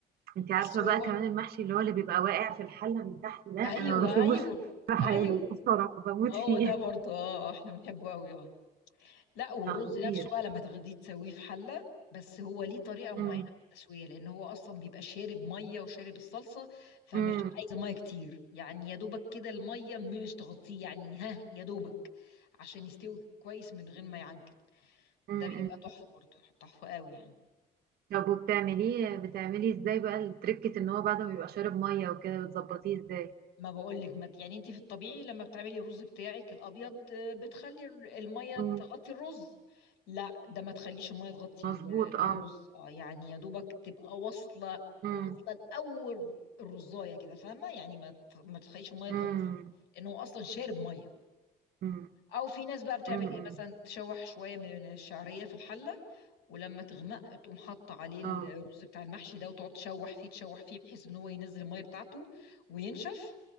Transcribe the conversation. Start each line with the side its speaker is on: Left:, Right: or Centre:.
Right: انت عارفه
Left: بس
Right: بقى
Left: هو
Right: كمان المحشي اللي هو اللي بيبقى واقع في الحله من تحت ده انا
Left: ايوه
Right: ما بسيبوش
Left: ايوه
Right: في
Left: <laughs>
Right: حاله
Left: ايوه
Right: ده بصراحه بموت
Left: ما هو
Right: فيه
Left: ده برضه اه آه، احنا بنحبه قوي اه لا والرز
Right: لا خطير
Left: نفسه بقى لما تاخديه تسويه في حله بس هو ليه طريقه معينه
Right: امم
Left: في التسويه لان هو اصلا بيبقى شارب ميه وشارب الصلصه فمش
Right: امم
Left: عايز ميه كتير يعني يا دوبك كده الميه مش تغطيه يعني ها يا دوبك عشان يستوي كويس من غير ما يعجن
Right: امم
Left: ده بيبقى تحفه برضه تحفه قوي يعني
Right: طب وبتعمليه بتعملي ازاي بقى التركة ان هو بعد ما بيبقى شارب مية وكده بتظبطيه ازاي
Left: ما بقولك ما يعني انت في الطبيعي لما بتعملي الرز بتاعك الابيض آه، بتخلي الر- الميه
Right: مم.
Left: تغطي الرز لا ده ما تخليش الميه تغطي
Right: مظبوط
Left: ال- الرز
Right: اه
Left: اه يعني يا دوبك تبقى واصله
Right: امم
Left: واصله لاول الرزايه كده فاهمه يعني ما ت- ما تخليش الميه تغطيه
Right: امم
Left: لانه هو اصلا شارب ميه
Right: امم
Left: او في ناس بقى بتعمل
Right: امم
Left: ايه مثلا تشوح شويه من الشعريه في الحله ولما تغمق تقوم حاطه عليه
Right: اه
Left: الرز بتاع المحشي ده وتقعد تشوح فيه تشوح فيه بحيث ان هو ينزل الميه بتاعته وينشف